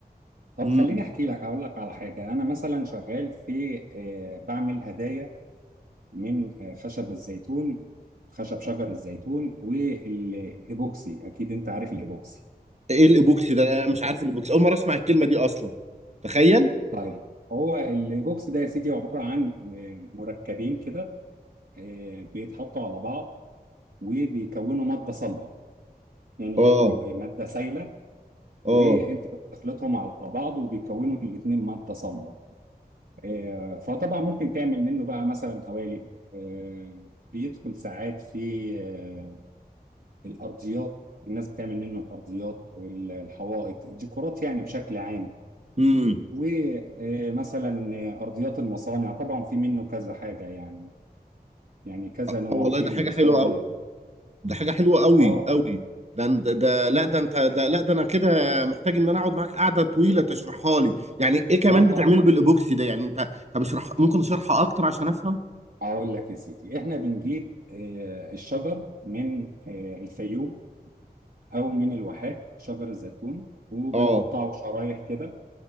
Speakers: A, on the right; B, on the right.
A: طب
B: مم.
A: خليني احكي لك اقول لك على حاجه انا مثلا شغال في آه، بعمل هدايا من آه، خشب الزيتون خشب شجر الزيتون والهيبوكسي اكيد انت عارف الهيبوكسي
B: ايه الايبوكسي ده انا مش عارف الايبوكسي اول مره اسمع الكلمه دي اصلا تخيل
A: طيب هو الهيبوكسي ده يا سيدي عباره عن آه، مركبين كده آه، بيتحطوا على بعض وبيكونوا ماده صلبه يعني
B: اه
A: بيبقوا ماده سايله
B: اه
A: وانت بتخلطهم على بعض وبيكونوا الاثنين ماده صلبه آه، فطبعا ممكن تعمل منه بقى مثلا قوالب آه، بيدخل ساعات في آه، الارضيات الناس بتعمل منه الارضيات والحوائط ديكورات يعني بشكل عام
B: امم
A: ومثلا ارضيات المصانع طبعا في منه كذا حاجه يعني يعني كذا
B: اه
A: نوع
B: والله
A: في
B: ده
A: اللي
B: حاجه
A: بيستخدم
B: حلوه
A: لل...
B: ده حاجة حلوة قوي
A: اه
B: قوي ده أنت- ده لا ده انت ده لا ده انا كده محتاج ان انا اقعد معاك قعدة طويلة تشرحها لي يعني ايه كمان
A: اه طب
B: بتعمله بالايبوكسي ده يعني انت طب اشرح ممكن اشرحها اكتر عشان افهم
A: اقول لك يا سيدي احنا بنجيب آه، الشجر من آه، الفيوم او من الواحات شجر الزيتون وبنقطعه
B: اه
A: شرايح كده